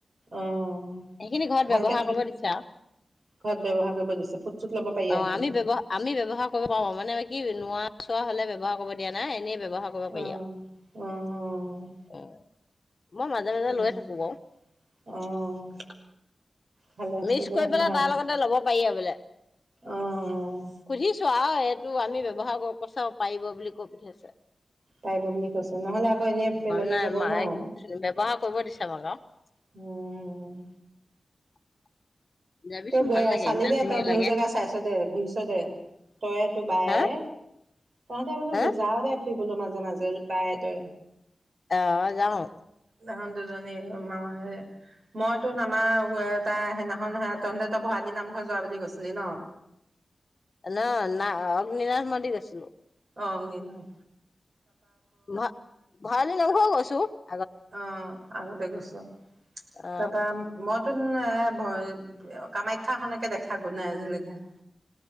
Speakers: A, on the right; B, on the left.
A: অ'
B: সেইখিনি ঘৰত
A: ভালকে
B: ব্যৱহাৰ
A: থ
B: কৰিব
A: ঘৰত
B: দিছে আৰু
A: ব্যৱহাৰ কৰিব দিছে ফুট চুট ল'ব পাৰি
B: অ
A: সেইখিনি।
B: আমি ব্যৱ আমি ব্যৱহাৰ কৰিব পাৰ মানে আম কি নোৱা চোৱা হলে ব্যৱহাৰ কৰিব দিয়া নাই এনেই ব্যৱহাৰ কৰিব
A: অ',
B: পাৰি আৰু
A: অ',
B: মই মাজে মাজে
A: অ',
B: লৈ থাকো বাৰু
A: অ', ভালে আছে
B: মিক্স
A: দে
B: কৰি
A: ভাল
B: পেলাই
A: অ',
B: তাৰ লগতে ল'ব পাৰি আৰু বেলেগ
A: অ',
B: খুজিছোঁ আও টো আমি ব্যৱহাৰ কৰো কৈছে ক পাৰিব বুলি কৈ পিঠিয়াইছে।
A: পাৰিব বুলি কৈছেো নহ'লে আকৌ এনেই পেলনি
B: নাই
A: যাব
B: মায়ে
A: ন উম,
B: ব্যৱহাৰ কৰিব দিছে আমাক আৰু যাবিচোন
A: তই গৈ
B: ভাল লাগে
A: চালি
B: ইমান
A: দে
B: ধুনীয়া
A: তই ধেও
B: লাগে
A: জেগা চাইছ দে ঘূৰিছ দে তই তোৰ বায়েৰে
B: হা
A: তহঁতে বোলো
B: হা
A: যাৱ দেব ফুৰিবলৈ মাজে -মাজে বায়ে তয়ে
B: অ ' যাওঁ
A: তহঁত দুজনী মায়ে মই তো আমাৰ তাই সেইদিনাখন তহতি তো ভৰাালি নামঘৰ যোৱা বুলি গৈছিলি ন'।
B: ন না অগ্নিনাথ মন্দিৰ গৈছিলো।
A: অগ্নিনাভ।
B: ভ ভঁৰালী নামঘৰ গৈছিলি? চো
A: অ' আগতে গৈছোঁ আও
B: অ
A: তাৰপৰা মদ নতুন এ কামাখ্যা খনকে দেখা গৈ নাই আজিলৈকে।